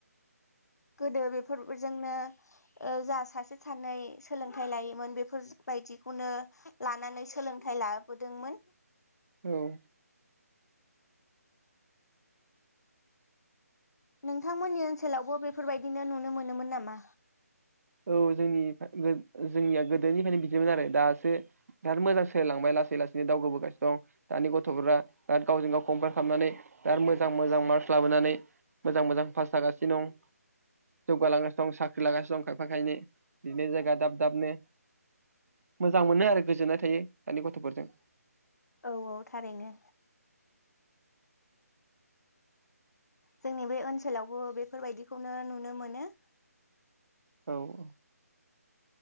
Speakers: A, on the left; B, on the right.
A: गोदो बेफोरजोंनो ओ जा सासे सानै सोलोंथाइ लायोमोन बेफोरबायदिखौनो लानानै सोलोंथाइ लाबोदोंमोन । <inaudible>
B: औ औ
A: नोंथांमोननि ओनसोलावबो बेफोरबायदिनो नुनो मोनोमोन नामा?
B: औ जोंनि जोंनिया गोदोनिफ्रायनो बिदिमोन आरो दासो बिराद मोजां सोलिलांबाय लासै लासैनो दावगबोगासिनो दं दानि गथ'फोरा गावजों गाव कम्पेयार खालामनानै बिराद मोजां मोजां मार्कस लाबोनानै मोजां मोजां पास जागासिनो दं जौगालांगासिनो दं साख्रि लागासिनो दं । फाखायनो बिदिनो जायगा दाब दाबनो मोजां मोनो आरो गोजोननाय थायो दानि गथ'फोरजों ।
A: औ औ थारैनो जोंनि बे ओनसोलावबो बेफोरबायदिखौनो नुनो मोनो ।
B: औ औ